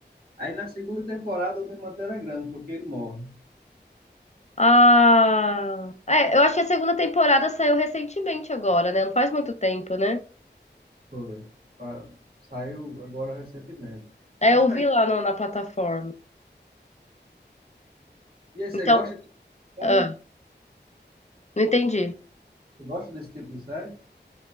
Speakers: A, on the right; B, on the left.
A: Aí na segunda temporada o desmanteiro é grande, porque ele morre.
B: Ah, é, eu acho que a segunda temporada saiu recentemente agora, né? Não faz muito tempo, né?
A: Foi. Pa- Saiu agora recentemente.
B: É,
A: Já
B: eu
A: saiu.
B: vi lá no- na plataforma.
A: E aí, você
B: Então,
A: gosta de série?
B: ah, não entendi.
A: Você gosta desse tipo de série?